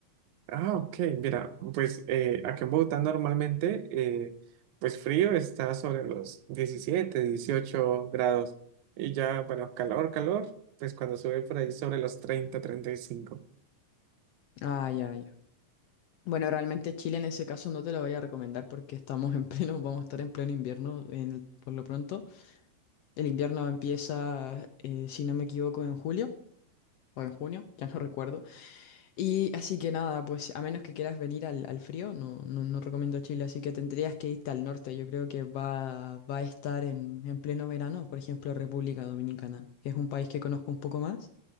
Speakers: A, on the right; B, on the left.
A: Ah, ok, mira, pues eh, acá en Bogotá normalmente, eh, pues frío está sobre los 17, 18 grados y ya, bueno, calor, calor, pues cuando sube por ahí sobre los treinta, treinta y cinco.
B: Ah, ya, ya. Bueno, realmente Chile en ese caso no te lo voy a recomendar porque estamos en pleno, vamos a estar en pleno invierno en el- por lo pronto. El invierno empieza, eh, si no me equivoco, en julio o en junio, ya no <laughs> recuerdo. Y así que nada, pues a menos que quieras venir al, al frío, no, no, no recomiendo Chile, así que tendrías que irte al norte. Yo creo que va, va a estar en, en pleno verano, por ejemplo, República Dominicana, que es un país que conozco un poco más.